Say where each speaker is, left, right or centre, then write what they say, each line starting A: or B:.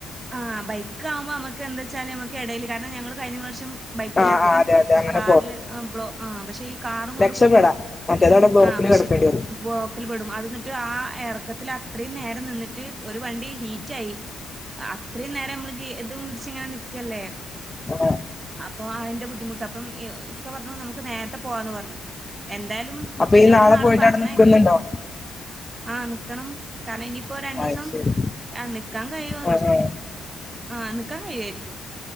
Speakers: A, on the right (about 25°); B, on the left (about 15°).
A: ആഹ് ബൈക്ക് ആവുമ്പോ നമുക്ക് എന്താച്ചാല് നമക്ക് ഇടയിൽ കാരണം ഞങ്ങൾ കഴിഞ്ഞ പ്രാവശ്യം ബൈക്കിലാ
B: ആ
A: പോയത്
B: ആ അതെ അതെ അങ്ങനെ
A: കാറിൽ ആ ബ്ലോ ആ പക്ഷെ ഈ കാറും കൊണ്ട് പോകുമ്പോ
B: രക്ഷപ്പെടാ മറ്റേതവിടെ ബ്ലോക്കിൽ
A: ആഹ് പക്ഷെ
B: കെടക്കേണ്ടി വരും
A: ബ്ലോക്കിൽ പെടും അത് ന്നിട്ട് ആഹ് ഇറക്കത്തിൽ അത്രയും നേരം നിന്നിട്ട് ഒരു വണ്ടി ഹീറ്റ് ആയി അത്രയും നേരം ഗീ നമ്മള്തും പിടിച്ച് ഇങ്ങനെ നിക്കല്ലേ
B: ആ.
A: അപ്പൊ അതിന്റെ ബുദ്ധിമുട്ട് അപ്പം ഇക്ക പറഞ്ഞു നമുക്ക് നേരത്തെ പോവാന്ന് പറഞ്ഞു എന്തായാലും
B: അപ്പൊ
A: ഇന്നെ
B: ഈ
A: ഇവിടന്നാള്
B: നാളെ പോയിട്ട്
A: പറഞ്ഞേക്കും
B: അവിടെ നിൽക്കുന്നുണ്ടോ
A: ആഹ് നിക്കണം കാരണം ഇനിപ്പോ രണ്ടു
B: ആ
A: ദിവസം
B: ശരി
A: ആഹ് നിക്കാൻ കഴിയോ
B: ആ ആ.
A: ആഹ് നിക്കാൻ കഴിയായിരിക്കും